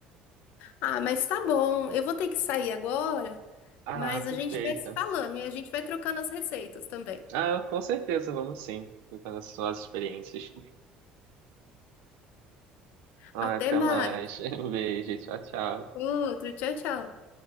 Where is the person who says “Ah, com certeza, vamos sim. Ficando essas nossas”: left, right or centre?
Right